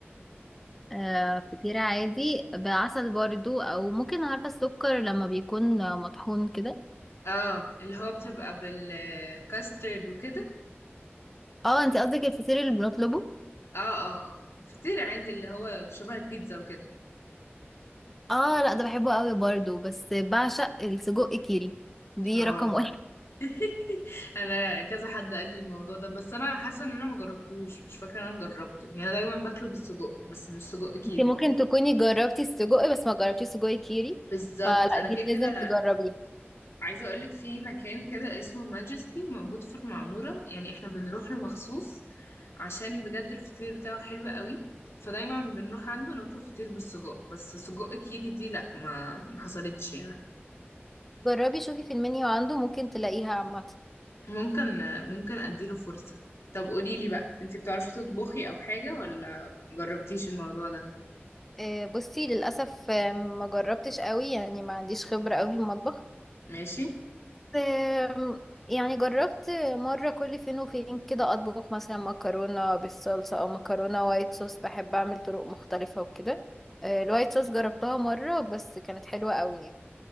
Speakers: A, in the centre; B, on the left (about 90°).
A: آه فطيرة عادي بعسل برضو أو ممكن عارفة السكر لما بيكون مطحون كده
B: اه اللي هو بتبقى بالكاسترد وكده
A: اه انتي قصدك الفطير اللي بنطلبه
B: اه اه اه الفطير عادي اللي هو شبه البيتزا وكده
A: اه لا ده بحبه قوي برضو بس بعشق السجق كيري دي
B: اه
A: رقم واحد
B: <laughs> انا كذا حد قال لي الموضوع ده بس انا حاسه ان انا ما جربتوش مش فاكره ان انا جربته يعني انا دايما باكله بالسجق بس مش السجق كيري
A: <laughs> انتي ممكن تكوني جربتي السجق بس ما جربتيش سجق كيري
B: بالظبط
A: فلا
B: انا كده
A: دي
B: كده
A: لازم تجربيها
B: عايزه اقولك في مكان كده اسمه ماجستي موجود في المعموره يعني احنا بنروح له مخصوص عشان بجد الفطير بتاعه حلو قوي فدايما بنروح عنده نطلب فطير بالسجق بس سجق كيري دي لا ما ما حصلتش يعني
A: جربي شوفي في المنيو عنده ممكن تلاقيها عامة
B: ممكن ممكن اديله فرصة طب قوليلي بقى انتي بتعرفي تطبخي او حاجة ولا مجربتيش الموضوع ده
A: آه، بصي للأسف آه، ما جربتش قوي يعني ما عنديش خبرة قوي في المطبخ
B: ماشي
A: آم، يعني جربت مرة كل فين وفين كده أطبخ مثلا مكرونة بالصلصة أو مكرونة وايت صوص بحب أعمل طرق مختلفة وكده آه، الوايت صوص جربتها مرة بس كانت حلوة قوي يعني